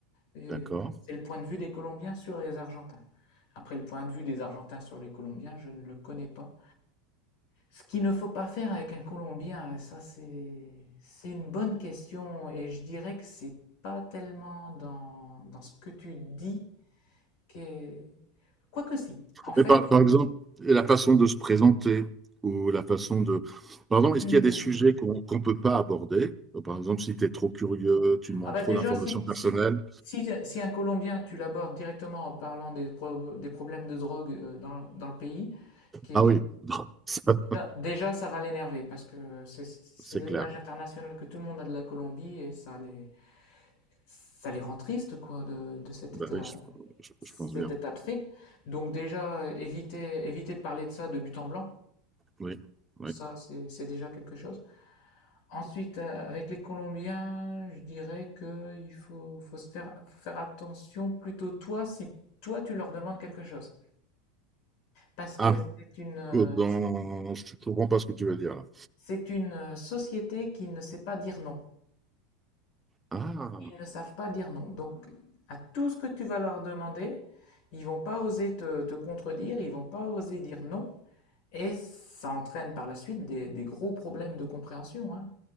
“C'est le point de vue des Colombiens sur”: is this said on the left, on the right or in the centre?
Left